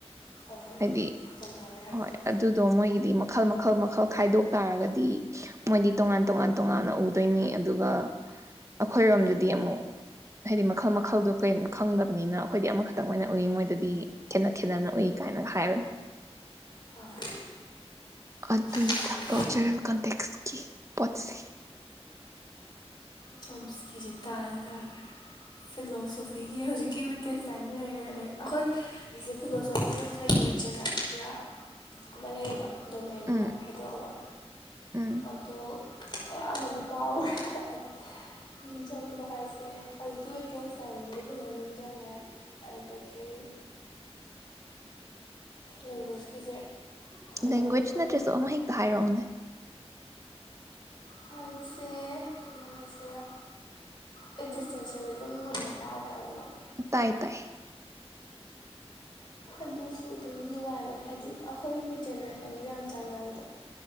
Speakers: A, on the left (about 40°); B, on the right (about 25°).
A: ꯍꯣꯏ ꯍꯣꯏ
B: ꯍꯥꯏꯗꯤ
A: ꯇꯣꯡꯉꯥꯜꯂꯦ ꯍꯥꯏꯕꯗꯣ
B: ꯍꯣꯏ ꯑꯗꯨꯗꯣ ꯃꯣꯏꯒꯤꯗꯤ ꯃꯈꯜ ꯃꯈꯜ ꯈꯛ ꯈꯥꯏꯗꯣꯛ ꯇꯥꯔꯒꯗꯤ ꯃꯣꯏꯗꯤ ꯇꯣꯉꯥꯟ ꯇꯣꯉꯥꯟ ꯇꯣꯉꯥꯟꯅ ꯎꯗꯣꯏꯅꯤ ꯑꯗꯨꯒ ꯑꯩꯈꯣꯏꯔꯣꯝꯗꯗꯤ ꯑꯃꯨꯛ ꯍꯥꯏꯗꯤ ꯃꯈꯜ ꯃꯈꯜꯗꯣ ꯀꯩ ꯈꯪꯗꯕꯅꯤꯅ ꯑꯩꯈꯣꯏꯗꯤ ꯑꯃꯈꯛꯇꯪ ꯑꯣꯏꯅ ꯎꯏ ꯃꯣꯏꯗꯗꯤ ꯈꯦꯠꯅ ꯈꯦꯠꯅꯅ ꯎꯏ ꯀꯥꯏꯅ ꯍꯥꯏꯕꯅꯤ
A: <inaudible>
B: ꯑꯗꯨꯅꯤꯇꯥ
A: ꯑꯗꯨꯗꯨꯒꯤ
B: ꯀꯜꯆꯔꯦꯜ ꯀꯟꯇꯦꯛꯁꯀꯤ ꯄꯣꯠꯁꯤ
A: ꯆꯣꯝꯁꯀꯤꯁꯦ ꯇꯥꯗꯤ ꯇꯥꯈ꯭ꯔꯦ ꯐꯤꯂꯣꯁꯣꯐꯤꯒꯤ ꯍꯧꯖꯤꯛꯀꯤ ꯋꯤꯀꯦꯟꯁꯇꯥꯏꯅ ꯂꯩꯔꯦ ꯑꯗꯩ ꯑꯩꯈꯣꯏꯒꯤꯁꯨ ꯐꯤꯂꯣꯁꯣꯐꯤ ꯑꯣꯐ ꯂꯦꯡꯒ꯭ꯋꯦꯖ ꯑꯅ ꯄꯨꯔꯥ ꯑꯃ ꯂꯩꯌꯦꯕ ꯗꯣꯃꯦꯟ ꯑꯃ
B: ꯎꯝ
A: ꯍꯥꯏꯗꯣꯛꯑꯒ
B: ꯎꯝ
A: ꯑꯗꯣ ꯑꯌꯥꯝꯕꯅ ꯀꯥꯎꯈꯔ꯭ꯦ ꯅꯤꯡꯁꯤꯡꯕ ꯍꯥꯏꯁꯦ ꯍꯧꯖꯤꯛꯀꯤ ꯋꯤꯀꯦꯟꯁꯇꯥꯏꯟꯗꯤ ꯐꯖꯅ ꯅꯤꯡꯁꯤꯡꯉꯦ ꯑꯗꯒꯤ ꯂꯦꯡꯒ꯭ꯋꯦꯁꯀꯤꯁꯦ ꯐꯖꯅ
B: ꯂꯦꯡꯒ꯭ꯋꯦꯖ
A: ꯅꯤꯡꯁꯤꯡꯗ꯭ꯔꯦ
B: ꯅꯠꯇ꯭ꯔꯁꯨ ꯑꯃ ꯍꯦꯛꯇ ꯍꯥꯏꯔꯛꯎꯅꯦ
A: ꯍꯥꯏꯕꯁꯦ ꯀꯩꯅꯣ ꯍꯥꯏꯁꯤꯔꯥ ꯑꯦꯛꯖꯤꯁꯇꯦꯟꯁ ꯁꯥꯕꯦꯟꯒꯨꯝꯕ ꯇꯥꯈ꯭ꯔꯕ
B: ꯇꯥꯏ ꯇꯥꯏ
A: ꯑꯗꯨꯁꯨ ꯑꯗꯨꯝ ꯅꯨꯡꯉꯥꯏꯕꯅꯦ ꯍꯥꯏꯕꯗꯤ ꯑꯩꯈꯣꯏꯒꯤ ꯖꯦꯅꯦꯔꯦꯁꯟꯁ ꯌꯥꯝ ꯆꯥꯟꯅꯕꯗꯣ